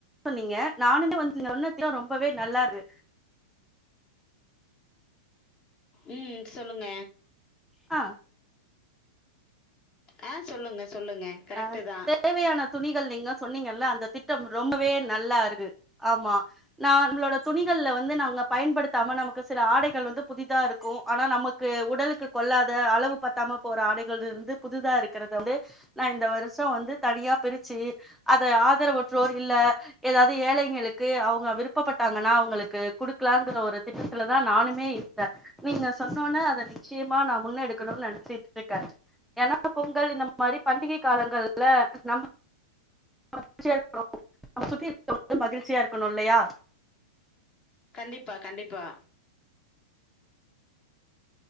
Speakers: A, in the centre; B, on the left (about 30°).
A: சொன்னீங்க நானுமே வந்து சொன்னதல்லா ரொம்பவே நல்லாது
B: ம் சொல்லுங்க
A: ஆ
B: ஆ சொல்லுங்கள் சொல்லுங்கள் கரெக்ட்டு
A: அ
B: தா
A: தேவையான துணிகள் நீங்க சொன்னீங்கல்ல அந்த திட்டம் ரொம்பவே நல்லா இருக்கு ஆமா நா நம்மளோட துணிகள்ல வந்து நாங்க பயன்படுத் தா நமக்கு சில ஆடைகள் வந்து புதிதா இருக்கு ஆனா நமக்கு உடலுக்கு கொள்ளாத அளவு பத் தாம போற ஆடைகள் இருந்து புதுதா இருக்கிறது வந்து நா இந்த வருஷோ வந்து தனியா பிரிச்சு அத ஆதரவற்றோர் இல்ல எதாவது ஏழைங்களுக்கு அவங்க விருப்பப்பட்டாங்கன்னா அவங்களுக்கு குடுக்கலாங்கற ஒரு திட்ட த்துலதா நானுமே இருந்தே நீங்க சொன்னோனே அத நிச்சயமா நா முன்ன எடுக்கணுன் நெனச்சிட்ருக்கே ஏன்னா பொங்கல் இந்த மாரி பண்டிகை காலங்கள்ல நம் மகிழ்ச்சியா இருக்கனு நம்ப சுத்தி இருக்குரவங்க மகிழ்ச்சியா இருக்கணு இல்லையா
B: கண்டிப்பா கண்டிப்பா